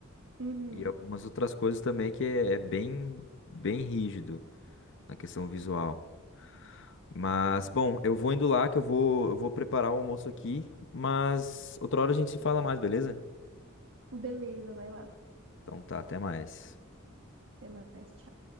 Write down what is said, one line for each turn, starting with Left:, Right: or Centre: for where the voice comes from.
Right: Uhum.
Left: E algumas outras coisas também que é, é bem, bem rígido na questão visual. Mas, bom, eu vou indo lá que eu vou, eu vou preparar o almoço aqui, mas outra hora a gente se fala mais, beleza?
Right: Beleza, vai lá.
Left: Então tá, até mais.
Right: Até mais, tchau.